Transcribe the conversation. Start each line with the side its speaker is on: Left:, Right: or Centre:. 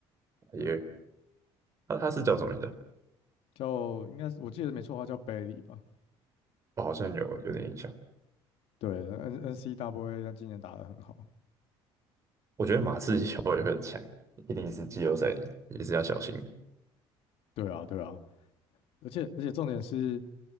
Right: 也
Left: 对，
Right: 他他是叫什么名字啊
Left: 叫应该是我记得没错的话叫 Bailey 吧？
Right: 我好像有有点印象。
Left: 对，N N C W A 他今年打得很好。
Right: 我觉得马刺以后也会很强，一定是季后赛也是要小心的。
Left: 对啊，对啊，而且而且重点是